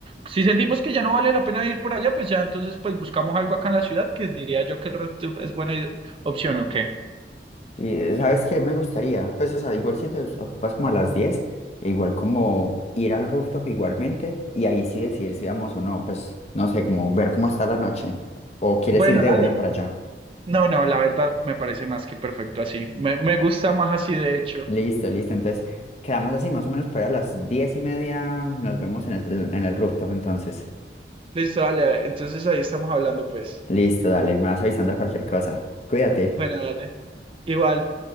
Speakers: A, on the right (about 30°); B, on the left (about 35°).
A: si sentimos que ya no vale la pena ir por allá, pues ya entonces pues buscamos algo acá en la ciudad que diría yo que el redtube es buena i- opción o qué.
B: Y eh, ¿sabes qué? Me gustaría, pues, o sea, igual si te os- ocupas como a las 10, e igual como ir al rooftop igualmente y ahí sí decidir si vamos o no, pues, no sé, como ver cómo está la noche o quieres
A: Bueno,
B: ir de
A: dale.
B: una para allá.
A: No, no, la verdad me parece más que perfecto así. Me, me gusta más así de hecho.
B: Listo, listo. Entonces, quedamos así, más o menos para las diez y media. Nos vemos en el, en el rooftop, entonces.
A: Listo, dale. Entonces ahí estamos hablando, pues.
B: Listo, dale, me vas avisando cualquier cosa. Cuídate.
A: Bueno, dale. Igual.